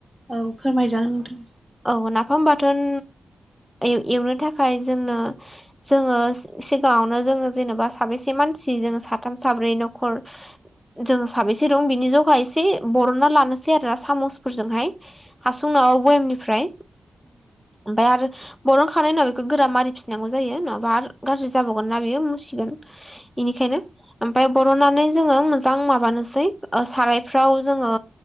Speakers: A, on the right; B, in the centre.
A: औ फोरमायजागोन नोंथां
B: औ नाफाम बाथोन एवनो थाखाय जोंनो जोंङो सिगाङावनो जोंङो जेन'बा साबेसे मानसि जोङो साथाम साब्रै न'खर जों साबेसे दं बिनि जग एसे बरनना लानोसै आरो सामसफोरजोंहाय हासुङाव बयामनिफ्राय ओमफाय आरो बरन खांनायनि उनाव बेखौ गोरा मारि फिनांगौ जायो नङाबा आर गाज्रि जाबावगोन ना बियो मुसिगोन बेनिखायनो ओम ओमफफ्राय बर'नानै जोङो मोजां माबानोसै सारायफ्राव जोङो